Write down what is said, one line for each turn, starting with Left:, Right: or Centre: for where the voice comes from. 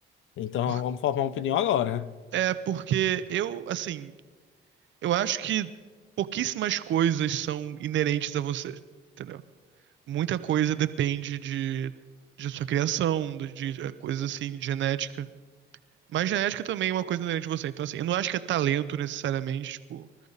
Left: Então
Right: Por-
Left: vamos formar uma opinião agora.
Right: É porque eu, assim, eu acho que pouquíssimas coisas são inerentes a você, entendeu? Muita coisa depende de, de sua criação, de, de eh, coisas assim, de genética. Mas genética também é uma coisa inerente a você. Então, assim, eu não acho que é talento necessariamente, tipo,